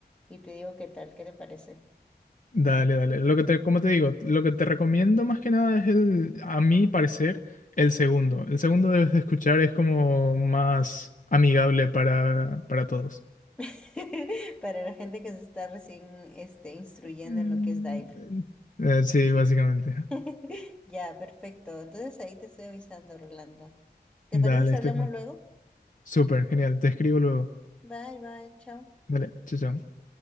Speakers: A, in the centre; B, on the left.
A: y te digo qué tal, qué te parece.
B: Dale, dale. Lo que te, como te digo, lo que te recomiendo más que nada es el, a mi parecer, el segundo. El segundo debes de escuchar, es como más amigable para, para todos.
A: <laughs> Para la gente que se está recién este, instruyendo
B: Mm.
A: en lo que es Dive.
B: Eh, sí, básicamente.
A: <laughs> Ya, perfecto. Entonces ahí te estoy avisando, Rolando. ¿Te
B: Dale,
A: parece si
B: Estefan.
A: hablamos luego?
B: Súper, genial. Te escribo luego.
A: Bye, bye, chao.
B: Dale, chao, chao.